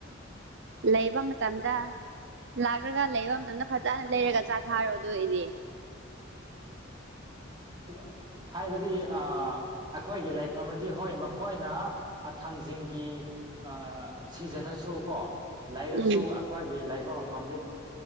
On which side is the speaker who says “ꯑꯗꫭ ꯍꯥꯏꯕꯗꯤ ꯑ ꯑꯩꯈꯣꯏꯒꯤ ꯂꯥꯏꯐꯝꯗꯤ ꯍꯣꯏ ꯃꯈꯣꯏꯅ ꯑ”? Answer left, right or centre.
Right